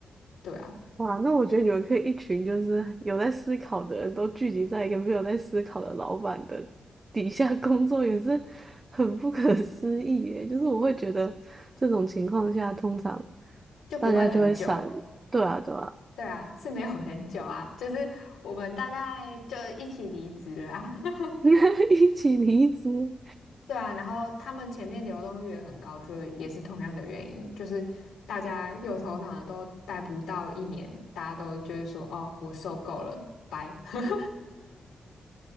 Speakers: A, on the left; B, on the right.
A: 对啊，
B: 哇，那我觉得你们可以一群就是有在思考的人都聚集在一个没有在思考的老板的底下工作，也是很不可思议耶。就是我会觉得这种情况下，通常
A: 就不会很久。
B: 大家就会散，对啊，对啊，
A: 对啊，是没有很久啊，就是我们大概就一起离职了啊。<laughs>
B: <laughs> 一起离职
A: 对啊，然后他们前面流动率也很高，就是也是同样的原因，就是大家有头脑的都待不到一年，大家都就是说哦，我受够了，拜。<laughs>